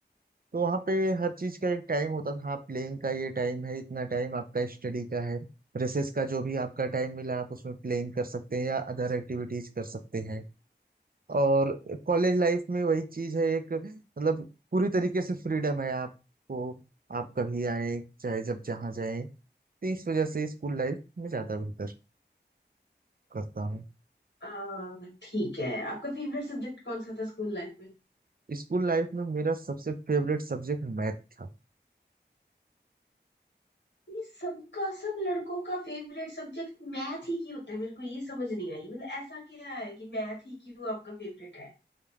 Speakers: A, on the right; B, on the left.
A: तो वहाँ पे हर चीज का एक टाइम होता था हाँ प्लेइंग का ये टाइम है इतना टाइम आपका स्टडी का है रेसेस का जो भी आपका टाइम मिला आप उसमें प्लेइंग कर सकते हैं या अदर एक्टिविटीज कर सकते हैं और कॉलेज लाइफ में वही चीज है एक मतलब पूरी तरीके से फ्रीडम है आपको आप कभी आए चाहे जब जहाँ जाएं तो इस वजह से स्कूल लाइफ में ज्यादा बेहतर करता हूँ
B: आ, ठीक है आपका फेवरेट सब्जेक्ट कौन सा था स्कूल लाइफ में
A: स्कूल लाइफ में मेरा सबसे फेवरेट सब्जेक्ट मैथ था
B: ये सबका सब लड़कों का फेवरेट सब्जेक्ट मैथ ही क्यों होता है मेरे को ये समझ नहीं आई मतलब ऐसा क्या है कि मैथ ही क्यों आपका फेवरेट है